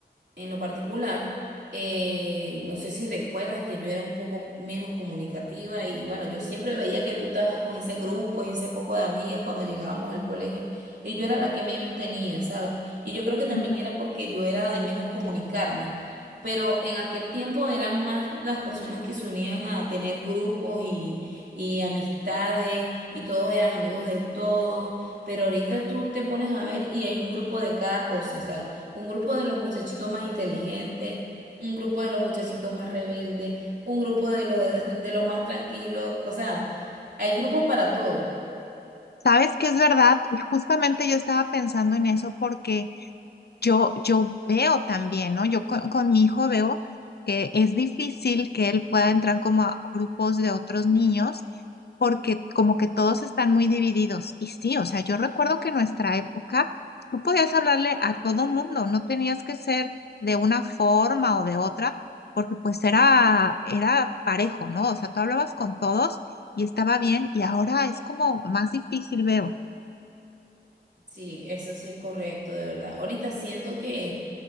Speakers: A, on the right; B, on the left.
A: en lo particular, eh, no sé si recuerdas que yo era un poco menos comunicativa y bueno, yo siempre veía que tú estabas con ese grupo y ese poco de amigas cuando llegábamos al colegio y yo era la que menos tenía, ¿sabes? Y yo creo que también
B: Ujú.
A: era porque yo era de menos comunicarme. pero en aquel tiempo eran más las personas que se unían a tener grupos y, y amistades y todos eran amigos de todos, pero ahorita tú te pones a ver y hay un grupo de cada cosa, o sea, un grupo de los muchachitos más inteligentes, un grupo de los muchachitos más rebeldes, un grupo de los, <laughs> de los más tranquilos, o sea, hay grupos para todo.
B: Sabes que es verdad, y justamente yo estaba pensando en eso porque yo, yo veo también, ¿no? Yo con, con mi hijo veo que es difícil que él pueda entrar como a grupos de otros niños porque como que todos están muy divididos. Y sí, o sea, yo recuerdo que en nuestra época tú podías hablarle a todo mundo, no tenías que ser de una forma o de otra, porque pues era, era parejo, ¿no? O sea, tú hablabas con todos y estaba bien y ahora es como más difícil, veo.
A: Sí, eso sí es correcto, de verdad. Ahorita siento que